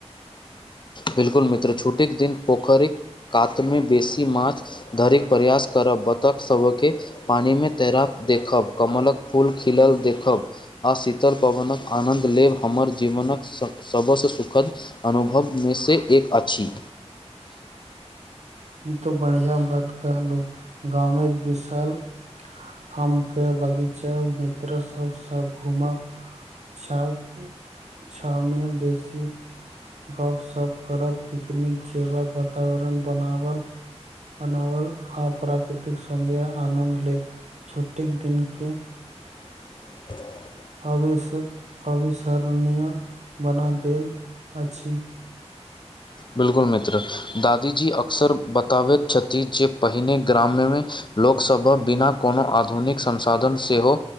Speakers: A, on the left (about 45°); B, on the right (about 75°).
A: बिल्कुल मित्र छुट्टीक दिन पोखरिक कातमे बेसी माछ धरिक प्रयास करब बत्तख सभके पानिमे तैराक देखब कमलक फूल खिलल देखब आ शीतल पवनक आनन्द लेब हमर जीवनक सबसँ सुखद अनुभव मेसे एक अछि
B: ई तो बढ़ियाँ बात कहलु गाँवमे विशाल हम कहियो बगीच मित्र सब स घुमब छाओ <inaudible> छाओ में बेसी गपशप करब पिकनिक जेबा कऽ वातावरण बनाब वल बनावल आ प्राकतिक सौन्दर्य आनन्द लेब छुट्टी दिन केँ
A: <unintelligible>
B: अवि अविसरणीय बना देल अछि
A: बिल्कुल मित्र दादीजी अक्सर बताबैत छथि जे पहिने ग्राम्य में लोक सभ हक बिना कोनो आधुनिक संसाधन सेहो